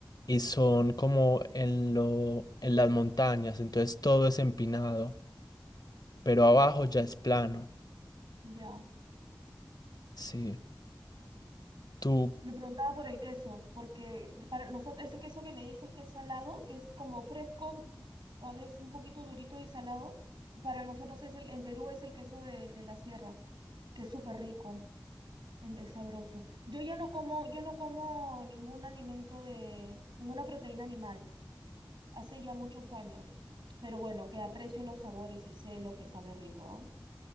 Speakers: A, on the left; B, on the right.
A: y son como en lo, en las montañas, entonces todo es empinado. pero abajo ya es plano.
B: ya.
A: Sí, tú,
B: Lo preguntaba por el queso, porque para nosotros ese queso que me dices que es salado, que es como fresco, a veces un poquito durito y salado, para nosotros es el, en Perú es el queso de, de la sierra, que es súper rico, em, es, sabroso. Yo ya no como, yo no como ningún alimento de, ninguna proteína animal, hace ya muchos años, pero bueno, que aprecio los sabores y sé lo que sabe rico, ¿ah?